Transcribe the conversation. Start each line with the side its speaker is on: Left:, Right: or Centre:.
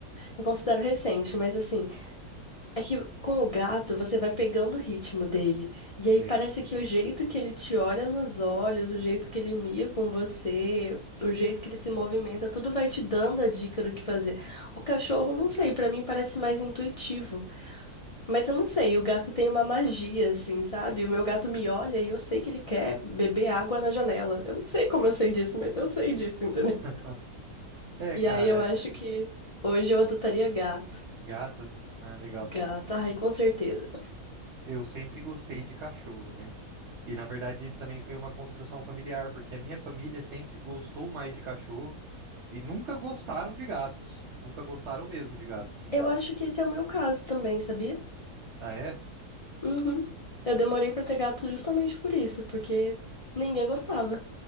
Left: eu considero recente, mas assim, É que com o gato você vai pegando o ritmo dele. E
Right: sim.
Left: aí parece que o jeito que ele te olha nos olhos, o jeito que ele mia com você, o jeito que ele se movimenta, tudo vai te dando a dica do que fazer. O cachorro, não sei, pra mim parece mais intuitivo. Mas eu não sei, o gato tem uma magia, assim, sabe? O meu gato me olha e eu sei que ele quer beber água na janela. Eu não sei como eu sei disso, mas eu sei disso, <laughs> entendeu?
Right: <laughs> É,
Left: E
Right: cara,
Left: aí eu acho que hoje eu adotaria gato.
Right: gato. Ah, legal.
Left: Gato, ai, com certeza.
Right: Eu sempre gostei de cachorro, né? E na verdade isso também foi uma construção familiar, porque a minha família sempre gostou mais de cachorro e nunca gostaram de gatos. Nunca gostaram mesmo de gato, assim.
Left: Eu acho que esse é o meu caso também, sabia?
Right: Ah, é?
Left: Uhum. Eu demorei pra ter gato justamente por isso, porque ninguém gostava.